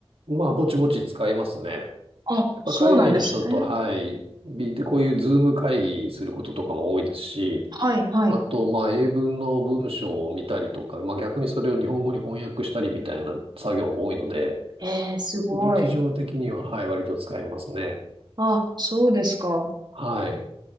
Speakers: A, on the right (about 65°); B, on the right (about 45°).
A: まあ、ぼちぼち使いますね。
B: あ、
A: やっぱ海外の人と、
B: そうなんですね。
A: はい、ビデこういうズーム会議することとかも多いですし、
B: はいはい。
A: あと、まあ、英文の文章を見たりとか、まあ、逆にそれを日本語に翻訳したりみたいな作業も多いので、
B: えー、すごい。
A: 日常的には、はい、割と使いますね。
B: あ、そうですか。
A: はい。